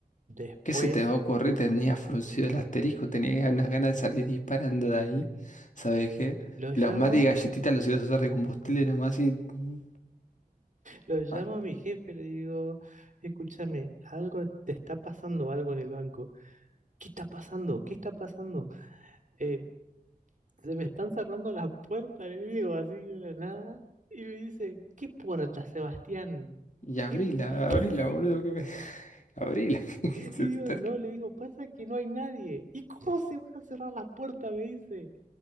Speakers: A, on the right (about 55°); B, on the left (about 50°).
A: después
B: ¿Qué se te va a ocurrir? Tenía fruncido el asterisco, tenía unas ganas de salir disparando de ahí. ¿Sabes qué?
A: lo
B: Los
A: llamo.
B: mates y galletitas los ibas a usar de combustible nomás y... mm,
A: Lo llamo
B: ah,
A: a mi jefe, le digo, escúchame, algo te está pasando, algo en el banco. ¿Qué está pasando? ¿Qué está pasando? Eh, se me están cerrando las puertas, le digo así de la nada. Y me dice, ¿qué puerta, Sebastián?
B: Y abrila,
A: ¿Qué puerta?
B: abrila,
A: <laughs>
B: boludo, que me... <laughs> Abrila. <laughs>
A: Y digo, no, le digo, pasa que no hay nadie. ¿Y cómo se van a cerrar las puertas? Me dice.